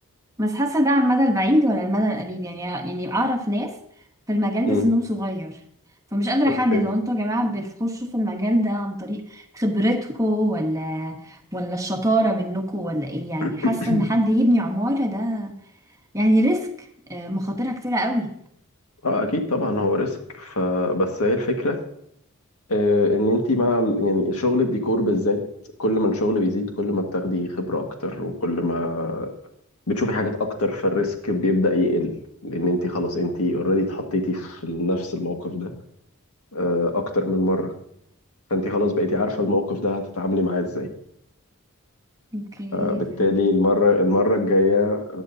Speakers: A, on the right; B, on the left.
A: بس حاسه ده على المدى البعيد ولا المدى القريب يعني يعني اعرف ناس في المجال ده
B: مم.
A: سنهم صغير فمش قادره
B: أوكي
A: احدد هو انتوا يا جماعه بتخشوا في المجال ده عن طريق خبرتكم ولا ولا الشطاره منكم ولا ايه يعني
B: <clears throat>
A: حاسه ان حد يبني عماره ده يعني ريسك آه، مخاطرها كتيره قوي
B: اه اكيد طبعا هو ريسك فبس هي الفكره آه، ان انت مع ال- يعني شغل الديكور بالذات كل ما الشغل بيزيد كل ما بتاخدي خبرة اكتر وكل ما بتشوفي حاجات اكتر فالريسك بيبدأ يقل لان انت خلاص انت اوريدي اتحطيتي في نفس الموقف ده آه، اكتر من مرة فانت خلاص بقيتي عارفة الموقف ده هتتعاملي معاه ازاي
A: اوكي
B: بالتالي
A: فهمتك
B: المرة المرة الجاية